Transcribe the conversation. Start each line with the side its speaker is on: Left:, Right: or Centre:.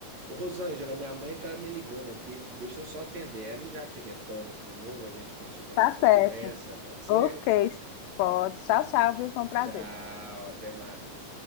Right: Ô Rosângela, minha mãe tá me ligando aqui. Deixa eu só atender ela e já te retorno de novo. A gente continua a
Left: Tá
Right: nossa
Left: certo.
Right: conversa, pode ser?
Left: Ok, pode. Tchau, tchau, viu? Foi um prazer.
Right: Tchau, até mais.